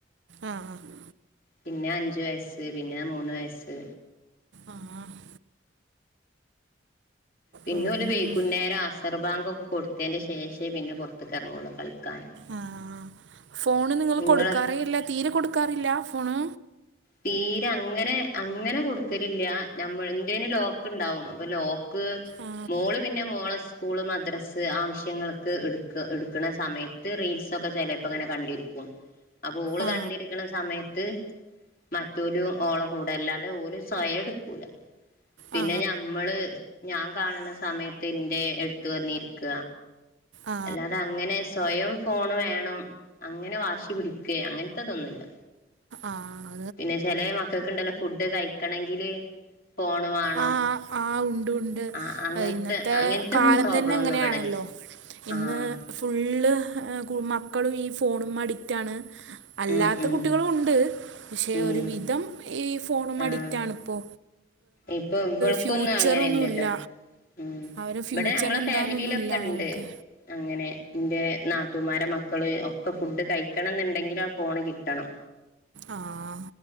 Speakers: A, on the right; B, on the left.
A: അഹ് ആഹ്.
B: പിന്നെ അഞ്ച് വയസ്സ് പിന്നെ മൂന്ന് വയസ്സ്.
A: ആഹ് ആഹ്.
B: പിന്നെ
A: ഉം.
B: ഓല് വൈകുന്നേരം അസർബാങ്കൊക്കെ കൊടുത്തയ്ന്റെ ശേഷേ പിന്നെ പൊറ്ത്ത്ക്ക് എറ്ങ്ങൊള്ളൂ കളിക്കാൻ.
A: ആഹ് ഫോണ് ഒന്നും നിങ്ങള്
B: നിങ്ങളെ
A: കൊടുക്കാറേ ഇല്ല തീരെ കൊടുക്കാറില്ല ഫോണ്.
B: തീര അങ്ങനെ അങ്ങനെ കൊടുക്കലില്ലാ നമ്മള് ഇന്റേന് ലോക്ക് ഉണ്ടാവും അപ്പൊ ലോ ക്ക്
A: ആ
B: മോള് പിന്നെ മോളെ സ് കൂള് മദ്രസ്സ് ആവശ്യങ്ങൾക്ക് എടുക്ക എടുക്കണ സമയത്ത് റീൽസൊക്കെ ചെലേപ്പങ്ങനെ കണ്ടിരിക്കും. അപ്പൊ ഓള്
A: ആ
B: കണ്ടിരിക്കണ സമയത്ത്. മറ്റോലും ഓളെ കൂടെ അല്ലാണ്ടെ ഓല് സ്വയം എടുക്കൂല പിന്നെ
A: ആ
B: ഞമ്മള്. ഞാൻ കാണണ സമയത്ത് ഇന്റെ എടുത്ത് വന്നിരിക്ക.
A: ആ ആ
B: അല്ലാതെ അങ്ങനെ സ്വയം ഫോണ് വേണം അങ്ങനെ വാശി പിടിക്കെ അങ്ങനത്തതൊന്നുല്ല.
A: ആഹ്.
B: പിന്നെ ചെലേ മക്കക്ക്ണ്ടല്ലോ ഫുഡ് കഴിക്കണങ്കില്. ഫോണ് മാണം
A: ആ ആ ഉണ്ട് ഉണ്ട്
B: ആ അങ്ങനത്തെ
A: ഏഹ് ഇന്നത്തെ
B: അങ്ങനത്തെ
A: കാലം
B: പ്രോബ്ലം
A: തന്നെ
B: ഒന്നും
A: അങ്ങനെയാണല്ലോ
B: ഇവിടെല്ല
A: ഇന്ന്
B: ആഹ്.
A: ഫുള്ള് ഏഹ് മക്കളും ഈ ഫോണുമ്മെ അഡിക്റ്റാണ്. അല്ലാത്ത
B: ഉം ഉം
A: കുട്ടികളൂണ്ട് പക്ഷെ
B: ഉം
A: ഒരു വിധം ഈ ഫോണുമ്മ
B: ആഹ്
A: അഡിക്റ്റാണിപ്പോ.
B: ഇപ്പൊ ഇവൾക്കൊന്നും
A: ഫ്യൂച്ചറൊന്നുമില്ല
B: അങ്ങനെല്യട്ടോ. ഉം
A: അവരെ
B: ഇബടെ
A: ഫ്യൂച്ചർ
B: ഞങ്ങളെ
A: എന്താണെന്നൊന്നുമില്ല
B: ഫാമിലിയിലൊക്കെണ്ട്.
A: അവർക്ക്
B: അങ്ങനെ ന്റെ നാത്തൂമാരെ മക്കള് ഒക്കെ ഫുഡ് കഴിക്കണം ന്നുണ്ടെങ്കില് ആ ഫോണ് കിട്ടണം.
A: ആഹ്